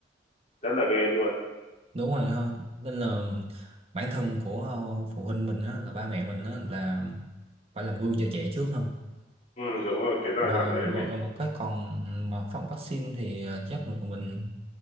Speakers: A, on the left; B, on the right.
A: rất là ghê luôn
B: đúng rồi ha nên là bản thân của ờ, phụ huynh mình á, là ba mẹ mình á, là phải làm gương cho trẻ trước không
A: ừ đúng rồi cái giai
B: rồi
A: đoạn đấy
B: rồi,
A: mình
B: rồi mà cái còn mà phát vaccine thì ờ, chắc là mình